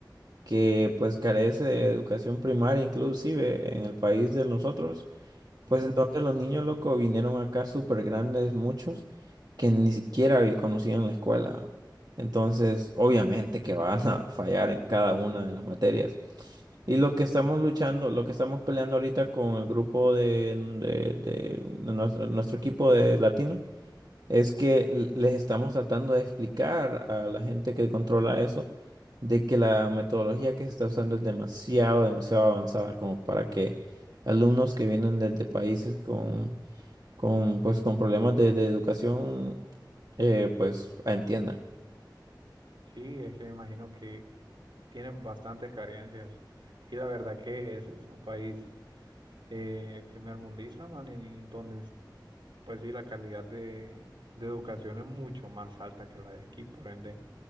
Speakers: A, on the right (about 60°); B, on the right (about 80°).
A: que pues carece de educación primaria, inclusive en el país de nosotros,
B: Ujú.
A: Pues entonces los niños locos vinieron acá súper grandes, muchos, que ni siquiera había- conocían la escuela. Entonces, obviamente que van a <laughs> fallar en cada una de las materias. Y lo que estamos luchando, lo que estamos peleando ahorita con el grupo de, de- de- de nuestro, nuestro equipo de latino, es que l- les estamos tratando de explicar a la gente que controla eso de que la metodología que se está usando es demasiado, demasiado avanzada como para que alumnos que vienen desde países con, con, pues, con problemas de, de educación, eh, pues entiendan.
B: Sí, es que me imagino que tienen bastantes carencias. Y la verdad que ese es un país eh, primer mundista, man, y donde, s- pues sí, la calidad de, de educación es mucho más alta que la de aquí. Por ende,